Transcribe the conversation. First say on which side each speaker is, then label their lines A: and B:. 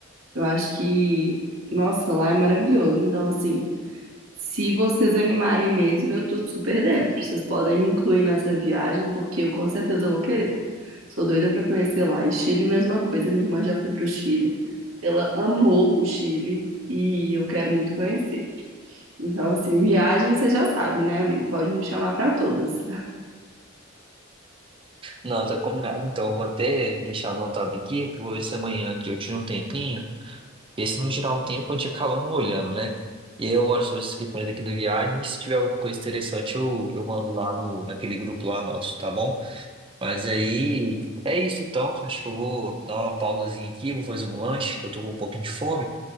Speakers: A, on the right (about 90°); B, on the right (about 25°).
A: Eu acho que, nossa, lá é maravilhoso. Então, assim, se vocês animarem mesmo, eu tô super dentro. Vocês podem me incluir nessa viagem, porque eu com certeza vou querer. Sou doida pra conhecer lá. E Chile, mesma coisa. Minha irmã já foi pro Chile. Ela amou o Chile e eu quero muito conhecer. Então, assim, viagem você já sabe, né, amigo? Pode me chamar pra todas.
B: Não, tá combinado. Então, eu vou até deixar anotado aqui, que eu vou ver se amanhã aqui eu tiro um tempinho. Esse no geral não tem a quantia acaba não olhando, né? E eu olho sobre essas questões aqui da viagem. E Se tiver alguma coisa interessante, eu, eu mando lá no, naquele grupo lá nosso, tá bom? Mas aí é isso então. Acho que eu vou dar uma pausazinha aqui, vou fazer um lanche, que eu tô com um pouquinho de fome.